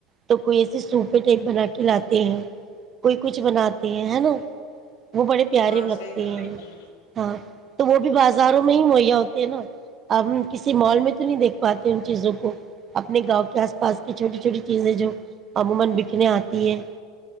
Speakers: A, on the right (about 20°); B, on the left (about 75°).
A: تو کوئی ایے سوپے ٹائپ بنا کے لاتے ہیں کوئی کچھ بناتے ہیں نا وہ بڑے پیارے
B: ہاں
A: لگتے
B: صحیح کہا
A: ہیں
B: آپ نے
A: ہاں بازاروں میں ہی معیا ہوتے ہیں نا اب کسی مال میں تو نہیں دیکھ پاتے ان چیزوں کو اپنے گاؤں کے اس پاس کی چھوٹی چھوٹی چیزیں جو عموما بکنے اتی ہیں